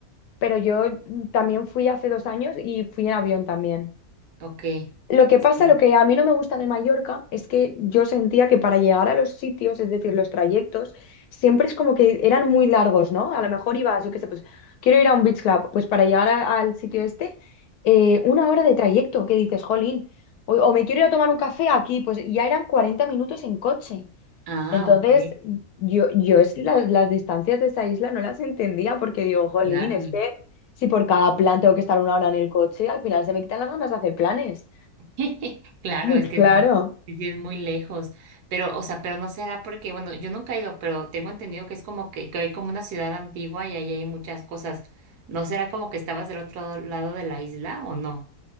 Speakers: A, on the left; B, on the right.
A: pero yo mm, también fui hace dos años y fui en avión también.
B: Ok,
A: Lo que pasa,
B: sí.
A: lo que a mí no me gusta de Mallorca es que yo sentía que para llegar a los sitios, es decir, los trayectos, siempre es como que eran muy largos, ¿no? A lo mejor ibas, yo qué sé, pues quiero ir a un beach club, pues para llegar a- al sitio este, eh, una hora de trayecto, que dices, jolín, o, o me quiero ir a tomar un café aquí, pues ya eran 40 minutos en coche.
B: Ah,
A: Entonces,
B: ok,
A: yo, yo es las, las distancias de esa isla no las entendía porque digo, jolín,
B: claro.
A: es que si por cada plan tengo que estar una hora en el coche, al final se me quitan las ganas de hacer planes.
B: <laughs> Claro,
A: <laughs>
B: es que
A: Claro.
B: es muy, sí sí es muy lejos. Pero, o sea, pero no será porque, bueno, yo nunca he ido, pero tengo entendido que es como que, que hay como una ciudad antigua y ahí hay muchas cosas. ¿No será como que estabas del otro lado de la isla o no?